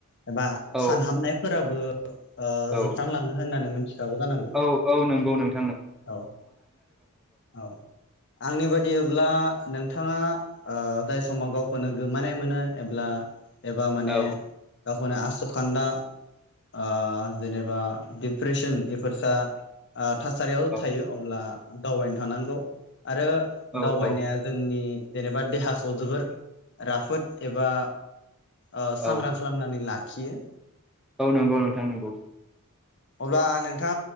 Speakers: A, on the left; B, in the centre.
A: एबा
B: औ
A: सानहामनायफोराबो <inaudible> ओ
B: औ
A: जोबस्रांलाङो होननानै मिथिखागौ जानांगौ
B: औ औ नोंगौ नोंगौ
A: औ औ आंनि बादिब्ला नोंथाङा ओ ओ जाय समाव गावखौनो गोमानाय मोनो एब्ला एबा माने
B: औ
A: गावखौनो आसु खान्दा ओ जेनेबा दिप्रेसन बेफोरसा ओ थासारियाव
B: औ
A: थायो अब्ला दावबायनो थानांगौ आरो
B: औ
A: दावबायनाया
B: औ
A: जोंनि जेनेबा देहाखौ जोबोर राफोद एबा ओ सांग्रां
B: औ
A: खालामनानै लाखि खियो
B: औ नंगौ नोंथां नंगौ
A: अब्ला नोंथां